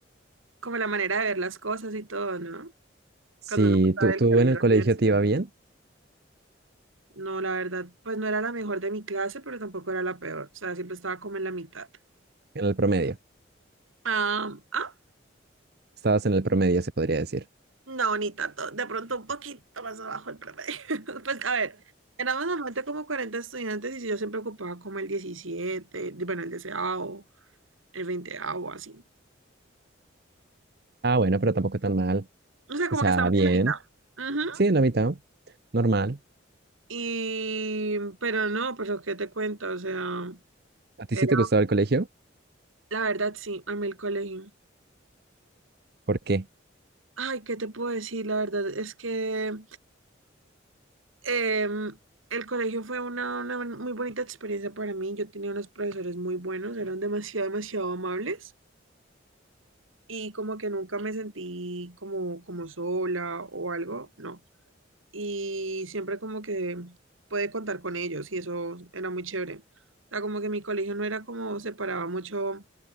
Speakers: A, on the right; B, on the right.
A: como la manera de ver las cosas y todo, ¿no?
B: Sí,
A: Cuando uno pasa
B: tú,
A: del
B: tú
A: colegio
B: en el
A: a la
B: colegio
A: universidad.
B: te iba bien,
A: No, la verdad, pues no era la mejor de mi clase, pero tampoco era la peor. O sea, siempre estaba como en la mitad.
B: en el promedio.
A: Ah, ah,
B: Estabas en el promedio, se podría decir.
A: no, ni tanto. De pronto un poquito más abajo el promedio. <laughs> Pues a ver, éramos normalmente como 40 estudiantes y sí, yo siempre ocupaba como el 17 di- bueno, el deseado, el veinteavo así.
B: Ah, bueno, pero tampoco tan mal.
A: O sea, como
B: O sea,
A: que Ah, estábamos
B: bien.
A: en la no. mitad. Ujú.
B: Sí, en la mitad. Normal.
A: Y, pero no, pero ¿qué te cuento? O sea,
B: ¿A ti
A: era,
B: sí te gustaba el colegio?
A: la verdad, sí, a mí el colegio.
B: ¿Por qué?
A: Ay, ¿qué te puedo decir? La verdad es que Em, el colegio fue una, una muy bonita experiencia para mí. Yo tenía unos profesores muy buenos, eran demasiado, demasiado amables y como que nunca me sentí como, como sola o algo, no. Y siempre como que pude contar con ellos y eso era muy chévere. O sea, como que mi colegio no era como separaba mucho